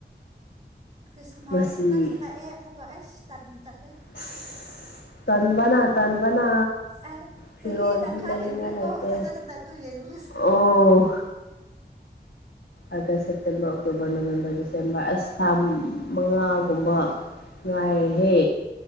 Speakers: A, on the right; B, on the left.
A: ꯈ꯭ꯔꯤꯁꯃꯥꯁꯁꯨ
B: ꯉꯁꯤ
A: ꯅꯛꯁꯤꯜꯂꯥꯛꯑꯦ ꯑꯃꯨꯛꯀ ꯑꯩ ꯇꯟꯕꯨ ꯇꯠꯂꯦ
B: ꯑꯁ ꯇꯟꯕꯅ ꯇꯟꯕꯅ
A: ꯑꯦ
B: ꯐꯤꯔꯣꯜꯁꯨ
A: ꯆꯍꯤ ꯇꯪꯈꯥꯏ
B: ꯂꯩꯅꯤꯡꯉꯥꯏ
A: ꯍꯦꯟꯈ꯭ꯔꯦꯀꯣ
B: ꯂꯩꯇꯦ
A: ꯊꯥꯖꯗꯅꯠꯇꯨ ꯌꯦꯡꯂꯡꯨꯁꯦ
B: ꯑꯣ
A: <inaudible>
B: August September October November December ꯑꯁꯥ ꯃꯉꯥꯒꯨꯝꯕ ꯅꯨꯡꯥꯏ ꯍꯦ